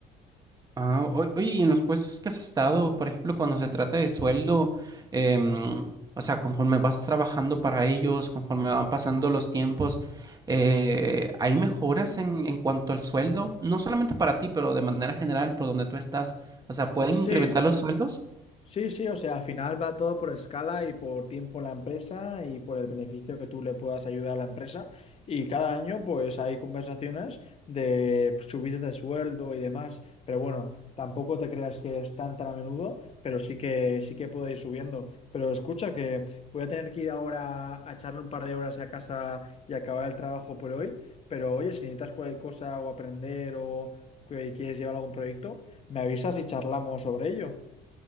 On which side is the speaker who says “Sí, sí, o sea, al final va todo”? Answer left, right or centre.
Left